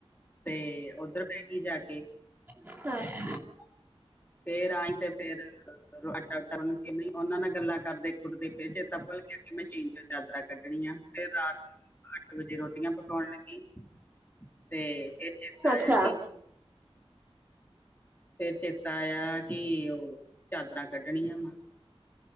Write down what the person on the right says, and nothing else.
ਹ <unintelligible>
ਅੱਛਾ